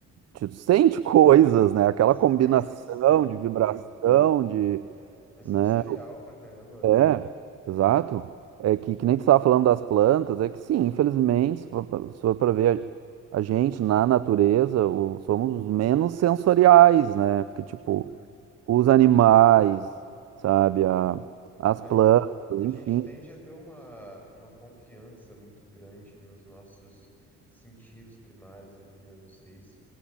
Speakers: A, on the right; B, in the centre.
A: te sente coisas, né? Aquela
B: Sim,
A: combinação
B: sim,
A: de vibração,
B: é.
A: de,
B: É sensorial
A: né?
B: pra caramba,
A: É,
B: né?
A: exato. É que, que nem tu estava falando das plantas, é que sim, infelizmente, se for pra se for pra ver a, a gente na natureza, o- somos os menos sensoriais, né? Porque, tipo,
B: Uhum.
A: os animais, sabe, a- as
B: É,
A: plantas,
B: a
A: enfim.
B: gente tende a ter uma, uma confiança muito grande nos nossos sentidos primários ali, né? Nos seis,